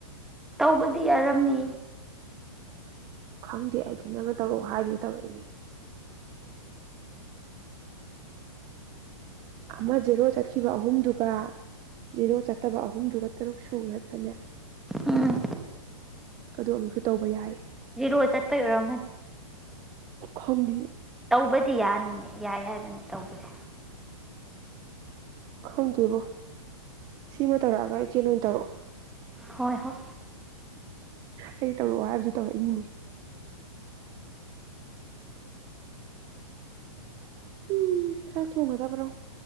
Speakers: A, in the centre; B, on the right (about 20°).
A: ꯀꯕꯨꯗꯤ ꯑꯔꯝꯅꯤ
B: ꯈꯪꯗꯦ ꯑꯩꯗꯤ ꯅꯪꯅ ꯇꯧꯔꯛꯑꯣ ꯍꯥꯏꯗꯨꯁꯨ ꯇꯧꯔꯛꯏꯅꯤ ꯑꯃ ꯖꯦꯔꯣ ꯆꯠꯈꯤꯕ ꯑꯍꯨꯝꯗꯨꯒ ꯖꯦꯔꯣ ꯆꯠꯇꯕ ꯑꯍꯨꯝꯗꯨꯒ ꯇꯔꯨꯛ ꯁꯨꯈ꯭ꯔꯗ꯭ꯔꯅꯦ
A: ꯎꯝ
B: ꯑꯗꯨ ꯑꯃꯨꯛꯁꯨ ꯇꯧꯕ ꯌꯥꯏ
A: ꯖꯤꯔꯨꯕ ꯆꯠꯄ ꯑꯣꯏꯔꯝꯒꯅꯤ
B: ꯎ ꯈꯪꯗꯤꯌꯦ
A: ꯇꯧꯕꯗꯤ ꯌꯥꯅꯤꯉ ꯌꯥꯏ ꯍꯥꯏꯕꯅꯤ ꯇꯧꯕꯗꯤ
B: ꯈꯪꯗꯦꯕꯣ ꯁꯤꯃ ꯇꯥꯔꯛꯑꯒ ꯏꯆꯦꯣꯏ ꯑꯣꯏꯅ ꯇꯧꯔꯛꯑꯣ
A: ꯍꯣꯏ ꯍꯣꯏ
B: ꯑꯩ ꯇꯧꯔꯛꯑꯣ ꯍꯥꯏꯕꯁꯨ ꯇꯧꯔꯛꯏꯅꯤꯅꯦ ꯎꯝ ꯆꯥꯛ ꯊꯣꯡꯒꯗꯕ꯭ꯔꯣ